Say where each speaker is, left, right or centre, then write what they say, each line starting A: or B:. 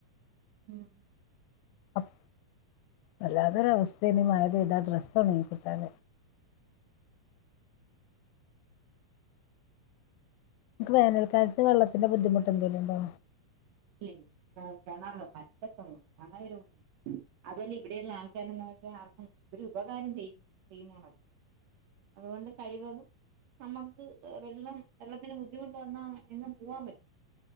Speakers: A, on the right; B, on the left.
A: ഉം
B: അപ്പ വല്ലാതൊരു അവസ്ഥയണ് മഴ പെയ്ത ഡ്രസ്സ്ഉണങ്ങികിട്ടാൻ. ക് വേനൽകലത്ത് വെള്ളത്തിന്റെ ബുദ്ധിമുട്ട് എന്തേലും ഉണ്ടോ?
A: ഇല്ലെയ് കിണറൊ പറ്റത്തൊ അങ്ങനൊരു അതുവല്ല ഇവിടെയെള്ള ആൾക്കാരന്ന്ച്ചാൽ ആർക്കും ഒരു ഉപകാരം ചെയ്യ്ന്നാ ടീമോളല്ല അതോണ്ട് കഴിവതും നമ്മക്ക് വെള്ളം വെള്ളത്തിന് ബുദ്ധിമുട്ട് വന്നാ എങ്ങ് പൂവാൻ പറ്റും